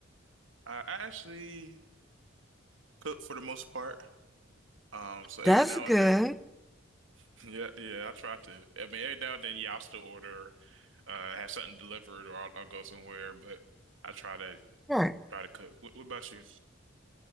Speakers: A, on the right (about 75°); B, in the centre.
A: I, I actually cook for the most part. Um, so every
B: That's
A: now
B: good.
A: and then, <laughs> yeah, yeah, I try to. I mean, every now and then, yeah, I'll still order, uh, have something delivered, or I'll, I'll go somewhere. But I try to
B: Sure.
A: try to cook. What, what about you?